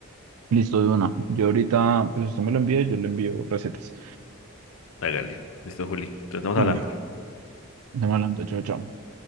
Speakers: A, on the right; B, on the left.
A: listo de una. Yo ahorita, pues usted me lo envía y yo le envío recetas.
B: Hágale. Listo, Juli. Entonces estamos
A: Vale,
B: hablando.
A: estamos hablando, chao, chao.